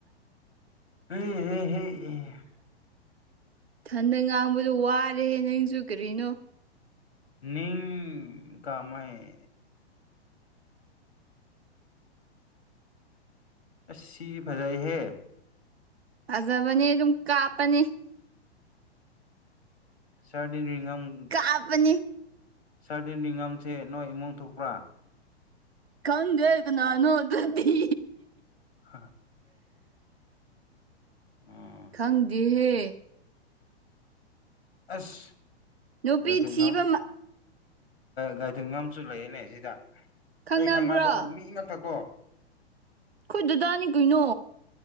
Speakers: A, on the left; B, on the right.
A: ꯎ <unintelligible>
B: ꯊꯟꯗꯥ ꯉꯥꯡꯕꯗꯥ ꯋꯥꯔꯦꯍꯦ ꯅꯪꯁꯨ ꯀꯔꯤꯅꯣ
A: ꯅꯤꯡ ꯀꯥꯃꯩ ꯑꯥꯁ ꯁꯤꯗꯤ ꯐꯖꯩꯍꯦ
B: ꯐꯖꯕꯅꯤ ꯑꯗꯨꯝ ꯀꯥꯞꯄꯅꯤ
A: ꯁꯔꯗꯤꯔꯤꯉꯝ <unintelligible>
B: ꯇꯥꯞꯄꯅꯤ
A: ꯁꯥꯔ ꯅꯤꯡꯅꯤꯉꯝꯁꯦ ꯅꯣꯏꯒꯤ ꯏꯃꯨꯡ ꯊꯣꯛꯄ꯭ꯔꯥ
B: ꯈꯪꯗꯦ ꯀꯅꯥꯅꫭ ꯑꯗꯨꯗꯤ
A: ꯍꯥ ꯑꯣ
B: ꯈꯪꯗꯦ ꯍ
A: ꯑꯁ
B: ꯅꯨꯄꯤ
A: ꯂꯩꯏꯊꯦꯡ
B: ꯊꯤꯕ
A: ꯉꯝ
B: ꯃ
A: ꯒꯥꯥꯏꯊꯤꯉꯝ ꯁꯨ ꯂꯩꯌꯦꯅꯦ ꯁꯤꯗ
B: ꯈꯪꯅꯕ꯭ꯔꯣ
A: ꯑꯩ ꯈꯪꯅꯕ ꯃꯤ ꯉꯥꯛꯛꯇ ꯀꯣ
B: ꯑꯩꯈꯣꯏ ꯗꯥꯗꯥꯅꯤ ꯀꯩꯅꯣ